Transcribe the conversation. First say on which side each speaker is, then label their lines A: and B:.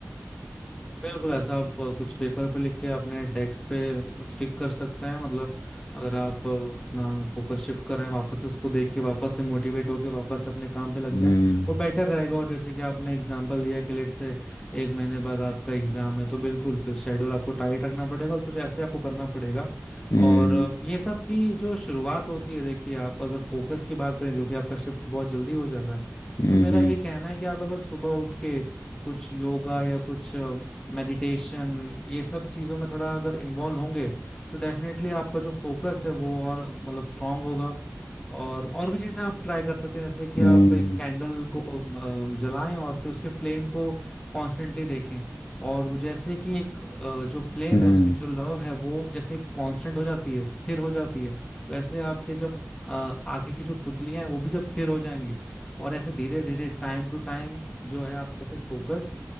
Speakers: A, on the left (about 15°); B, on the left (about 80°).
A: बिल्कुल ऐसा आप अ, कुछ पेपर पे लिख के अपने डेस्क पे स्टिक कर सकते हैं मतलब अगर आप अ, अपना फोकस शिफ्ट कर रहे हैं वापस से उसको देख के वापस से मोटिवेट होके वापस अपने काम पे लग
B: हम्म
A: जाएं वो बेटर रहेगा और जैसे कि आपने एग्जांपल दिया कि लेट से एक महीने बाद आपका एग्जाम है तो बिल्कुल फिर शेड्यूल आपको टाइट रखना पड़ेगा और कुछ ऐसे आपको करना पड़ेगा
B: हम्म
A: और अ, ये सब की जो शुरुआत होती है देखिए आप अगर फोकस की बात करें जो कि आपका शिफ्ट बहुत जल्दी हो जा रहा है
B: हम्म
A: तो मेरा ये कहना है कि आप अगर सुबह उठ के कुछ योगा या कुछ मेडिटेशन ये सब चीज़ों में थोड़ा अगर इन्वॉल्व होंगे तो डेफिनेटली आपका जो फोकस है वो और मतलब स्ट्रांग होगा और और भी चीज़ें आप ट्राई कर सकते हैं जैसे कि
B: हम्म
A: आप एक कैंडल को अम, जलाएं और फिर उसके फ्लेम को कॉन्स्टेंटली देखें और वो जैसे कि एक अ, जो फ्लेम
B: हम्म,
A: है उसकी जो लौ है वो जैसे कांस्टेंट हो जाती है स्थिर हो जाती है वैसे आपके जब अ, आंखें की जो पुतलियां हैं वो भी जब स्थिर हो जाएंगी और ऐसे धीरे धीरे टाइम टू टाइम जो है आपका फिर फोकस